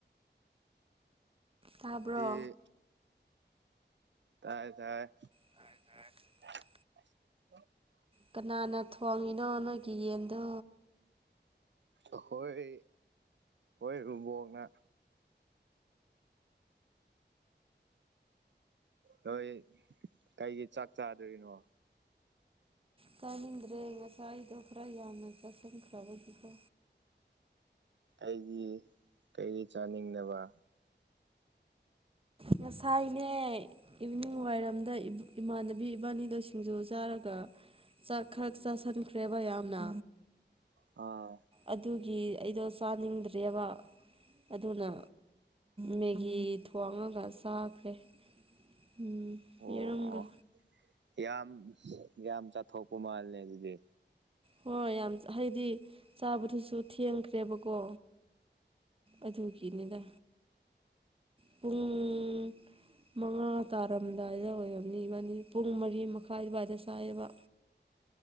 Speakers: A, on the right; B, on the right.
A: ꯇꯥꯕ꯭ꯔꯣ
B: ꯇꯥꯏ ꯇꯥꯏ ꯇꯥꯏ
A: <unintelligible>
B: <inaudible>
A: ꯀꯅꯥꯅ ꯊꯣꯡꯉꯤꯅꯣ ꯅꯣꯏꯒꯤ ꯌꯦꯟꯗꯣ
B: ꯑꯍꯣꯏ ꯍꯣꯏ <inaudible> ꯅ ꯅꯣꯏ ꯀꯩꯒꯤ ꯆꯥꯛ ꯆꯥꯗ꯭ꯔꯤꯅꯣ
A: ꯆꯥꯅꯤꯡꯗ꯭ꯔꯦ ꯉꯁꯥꯏꯗꯣ ꯈꯔ ꯌꯥꯝꯅ ꯆꯥꯁꯤꯟꯈ꯭ꯔꯕꯒꯤꯀꯣ
B: ꯑꯩꯒꯤ ꯀꯩ ꯆꯥꯅꯤꯡꯗꯕ
A: ꯉꯁꯥꯏꯅꯦ ꯏꯚꯅꯤꯡ ꯋꯥꯏꯔꯝꯗ ꯏ ꯏꯃꯥꯟꯅꯕꯤ ꯏꯕꯥꯅꯤꯗꯣ ꯁꯤꯡꯖꯨ ꯆꯥꯔꯒ ꯆꯥꯛ ꯈꯔ ꯆꯥꯁꯤꯟꯈ꯭ꯔꯦꯕ ꯌꯥꯝꯅ
B: ꯑꯥ
A: ꯑꯗꯨꯒꯤ ꯑꯩꯗꯣ ꯆꯥꯅꯤꯡꯗ꯭ꯔꯦꯕ ꯑꯗꯨꯅ ꯃꯦꯒꯤ ꯊꯣꯡꯉꯒ ꯆꯥꯈ꯭ꯔꯦ ꯎꯝ
B: ꯑꯣ
A: ꯌꯦꯔꯨꯝꯒ
B: ꯑꯣ ꯌꯥꯝ ꯌꯥꯝ ꯆꯥꯊꯣꯛꯄ ꯃꯥꯜꯂꯦ ꯑꯗꯨꯗꯤ
A: ꯍꯣꯏ ꯌꯥꯝ ꯍꯥꯏꯗꯤ ꯆꯥꯕꯗꯨꯁꯨ ꯊꯦꯡꯈ꯭ꯔꯦꯕꯀꯣ ꯑꯗꯨꯒꯤꯅꯤꯗ ꯄꯨꯡ ꯃꯉꯥ ꯇꯥꯔꯝꯗꯥꯏꯗ ꯑꯣꯏꯔꯝꯅꯤ ꯏꯕꯥꯅꯤ ꯄꯨꯡ ꯃꯔꯤ ꯃꯈꯥꯏ ꯑꯗꯨꯋꯥꯏꯗ ꯆꯥꯏꯑ‌ꯦꯕ